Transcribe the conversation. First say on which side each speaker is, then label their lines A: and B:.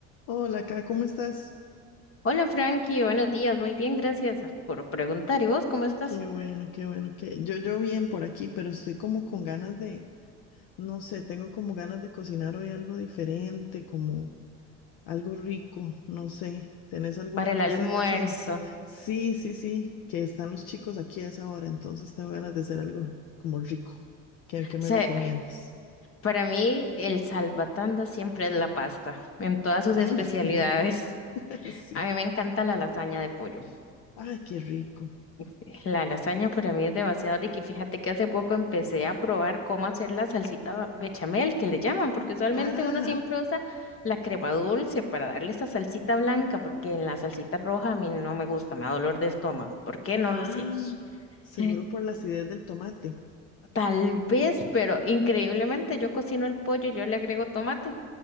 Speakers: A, on the left; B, on the left.
A: Hola, acá, ¿cómo estás?
B: Hola Frankie, buenos días, muy bien, gracias por preguntar. ¿Y vos cómo estás?
A: Qué bueno, qué bueno, que yo yo bien por aquí, pero estoy como con ganas de, no sé, tengo como ganas de cocinar hoy algo diferente, como algo rico, no sé. ¿Tenés alguna
B: Para el
A: receta?
B: almuerzo.
A: Sí,
B: O
A: sí, sí, sí, que están los chicos aquí a esa hora, entonces tengo ganas de hacer algo como rico. ¿Qué, qué me
B: sea,
A: recomiendas?
B: para mí el salvatanda siempre es la pasta, en todas sus
A: <laughs>
B: especialidades. <laughs>
A: Sí.
B: A mí me encanta la lasaña de pollo.
A: Ay, qué rico.
B: Este, La lasaña para mí es demasiado rica y fíjate que hace poco empecé a probar cómo hacer la salsita bechamel, que le llaman, porque usualmente
A: Ajá.
B: uno siempre usa la crema dulce para darle esa salsita blanca, porque en la salsita roja a mí no me gusta, me da dolor de estómago. ¿Por qué? No
A: Ah,
B: lo sé.
A: seguro
B: <laughs>
A: por la acidez del tomate.
B: Tal vez, pero increíblemente yo cocino el pollo y yo le agrego tomate.